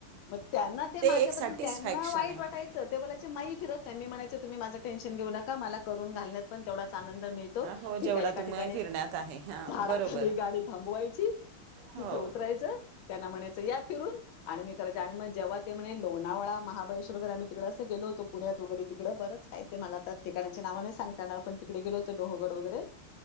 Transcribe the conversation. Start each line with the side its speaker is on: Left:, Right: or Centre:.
Left: मग त्यांना ते माझ्याबद्दल
Right: एक सॅटिस्फॅक्शन
Left: त्यांना वाईट
Right: आहे
Left: वाटायचं. च ते बोलायच माई फीरत नाही. मी म्हणायंचे तुम्ही माझं टेनशन घेऊ नका, मला करून घालण्यात पण तेवढाच आनंद मिळतो.
Right: हो
Left: ठीक
Right: जेवढा
Left: आहे एका
Right: तुम्ही
Left: ठिकाणी
Right: फिरण्यात आहे हां
Left: झाडाखाली
Right: बरोबर
Left: गाडी थांबवायची
Right: हो
Left: तिथे उतरायचं, त्यांना म्हणायचं या फिरून आणि मी करायच आणि मग जेव्हा ते म्हणे, लोणावळा, महाबळेश्वर वगैर आम्ही तिकडे अस गेलो होतो पुण्यात वगैरे तिकडे बरंच काय ते मला त्या ठिकाणाची नाव नाही, सांगता येणार पण तिकडे गेलो होतो लोहगड वगैरे